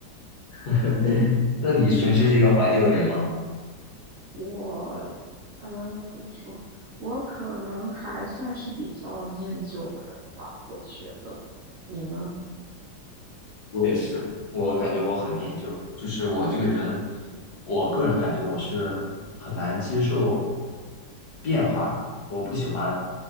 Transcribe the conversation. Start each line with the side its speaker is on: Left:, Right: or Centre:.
Left: <laughs> 那你平时是一个怀旧的人吗？
Right: 我呃怎么说？我可能还算是比较念旧的人吧，我觉得。你呢？
Left: 我也是，我感觉我很念旧，就是我这个人，我个人感觉我是很难接受变化的，我不喜欢，